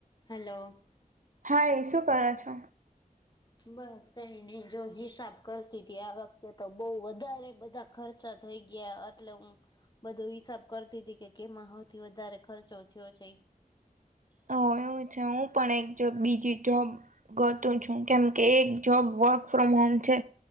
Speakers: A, on the left (about 30°); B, on the right (about 60°).
A: Hello.
B: Hi શું કરો છો?
A: બસ કઈ નહી જો હિસાબ કરતી હતી આ વખતે તો બઉ વધારે બધા ખર્ચા થઈ ગયા એટલે હું. બધો હિસાબ કરતી હતી કે કેમાં સૌથી વધારે ખર્ચો થયો છે.
B: હ એવું છે. હું પણ એક જો બીજી જોમ. ગોતું છું કેમ કે એક જોબ વર્ક ફ્રોમ હોમ છે.